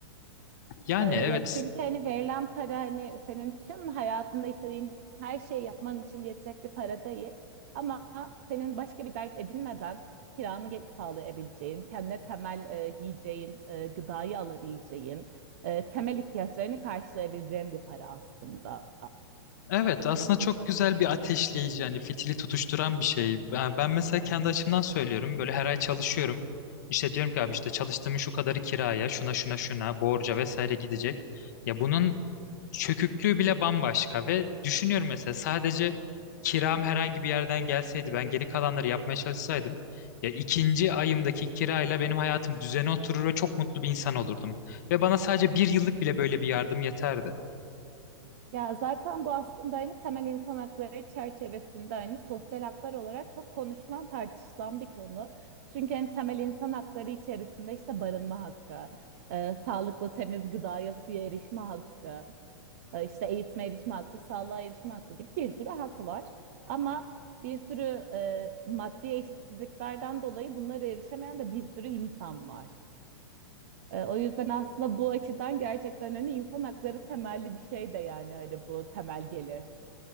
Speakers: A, on the left; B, on the right.
A: Yani
B: Ee, ya
A: evet
B: çünkü hani verilen para hani senin tüm hayatında istediğin her şeyi yapman için yetecek bir para değil. Ama senin başka bir dert edinmeden kiranı ge- sağlayabileceğin, kendine temel e, giyeceğin, e, gıdayı alabileceğin, e, temel ihtiyaçlarını karşılayabileceğin bir para aslında.
A: Evet aslında çok güzel bir ateşleyici yani fitili tutuşturan bir şey. Ben ben mesela kendi açımdan söylüyorum böyle her ay çalışıyorum. İşte diyorum ki abi işte çalıştığımın şu kadarı kiraya şuna şuna şuna borca vesaire gidecek. Ya bunun çöküklüğü bile bambaşka ve düşünüyorum mesela sadece kiram herhangi bir yerden gelseydi ben geri kalanları yapmaya çalışsaydım ya ikinci ayımdaki kirayla benim hayatım düzene oturur ve çok mutlu bir insan olurdum. Ve bana sadece bir yıllık bile böyle bir yardım yeterdi.
B: Ya zaten bu aslında hani temel insan hakları çerçevesinde hani sosyal haklar olarak çok konuşulan tartışılan bir konu. Çünkü hani temel insan hakları içerisinde işte barınma hakkı, e, sağlıklı temiz gıdaya suya erişme hakkı, e, işte eğitime erişme hakkı, sağlığa erişme hakkı gibi bir sürü hak var. Ama bir sürü e, maddi eşitsizliklerden dolayı bunlara erişemeyen de bir sürü insan var. E, o yüzden aslında bu açıdan gerçekten hani insan hakları temelli bir şey de yani hani bu temel gelir.